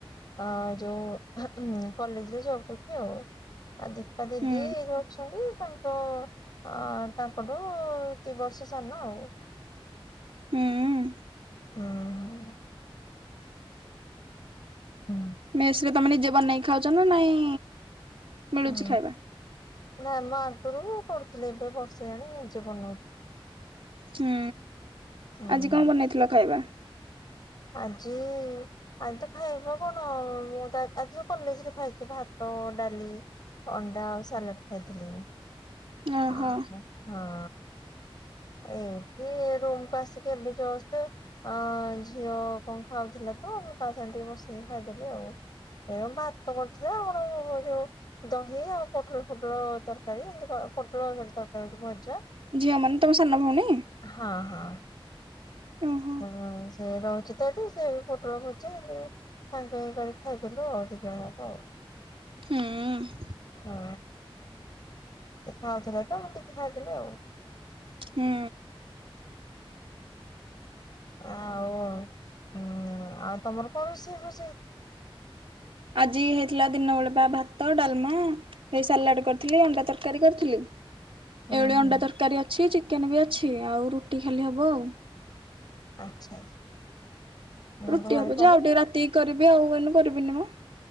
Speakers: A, on the left; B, on the right.
A: ଅ ଯୋଉ କଲେଜରେ ଜବ କରୁଛି ଆଉ। ଆଉ ଦୀପା ଦିଦି
B: ହୁଁ
A: ଅଛନ୍ତି ତାଙ୍କ ଅ ତାଙ୍କଠୁ ଦି ବର୍ଷ ସାନ ଆଉ।
B: ହୁଁ।
A: ହୁଁ। ହୁଁ।
B: ମେସରେ ତମେ ନିଜେ ବନେଇ କି ଖାଉଛ ନା ନାଇଁ ମିଳୁଛି
A: ହୁଁ
B: ଖାଇବା?
A: ନାଇ ମ ଆଗରୁ କରୁଥିଲି ଏବେ ବର୍ଷେ ହେଲାଣି ନିଜେ ବନଉଛି।
B: ହୁଁ
A: ହୁଁ
B: ଆଜି କଣ ବନେଇଥିଲ ଖାଇବା?
A: ଆଜି ଆଜି ତ ଖାଇ କଣ ମୁଁ ଆଜି ତ କଲେଜରେ ଖାଇଛି ଭାତ ଡାଲି ଅଣ୍ଡା ଆଉ ସାଲାଟ ଖାଇଥିଲି ହଁ
B: ଓହୋ
A: ହଁ। ଏଇଠି ରୁମକୁ ଆସିକି ଏବେ ଜଷ୍ଟ ଅ ଝିଅ କଣ ଖାଉଥିଲା ତ ମୁଁ ତା ସାଙ୍ଗରେ ବସିକି ଖାଇଦେଲି ଆଉ। ଏ ଭାତ କରିଥିଲା ଆଉ କଣ ଯୋଉ ଦହି ଆଉ ପୋଟଳ ଫୋଟଳ ତରକାରୀ ଯେମତି ପୋଟଳତି ତରକାରୀ ଭଜା
B: ଝିଅମ ମାନେ ତମ ସାନ ଭଉଣୀ?
A: ହଁ ହଁ।
B: ଓହୋ।
A: ହଁ ସେ ରହୁଛି ତ ଏଠି ସେ ପୋଟଳ ଭଜା ସାଙ୍ଗ ହେଇ କରି ଖାଇଦେଲୁ ଆଉ ଦି ଜଣ ଯାକ।
B: ହୁଁ।
A: ହଁ ଖାଉଥିଲା ତ ମୁଁ କିଛି ଖାଇଥିଲେ ଆଉ।
B: ହୁଁ।
A: ଆଉ ହଁ ଆଉ ତମର କଣ ରୋଷେଇ ଫୋସେଇ?
B: ଆଜି ହେଇଥିଲା ଦିନ ବେଳେ ବା ଭାତ ଡାଲମା ସେଇ ସାଲାଟ କରିଥିଲି ଅଣ୍ଡା ତରକାରୀ କରିଥିଲି।
A: ହୁଁ
B: ଏଇଭଳି ଅଣ୍ଡା
A: ହୁଁ
B: ତରକାରୀ ଅଛି ଚିକେନ ବି ଅଛି ଆଉ ରୁଟି ଖାଲି ହବ ଆଉ।
A: ଆଚ୍ଛା। ଆଚ୍ଛା
B: ରୁଟି
A: ଘରେ
B: ହବ
A: ତାହେଲେ
B: ଯେ ଆଉ ଟିକେ ରାତି କରିବି ଆଉ ଏନୁ କରିବିନି ମ।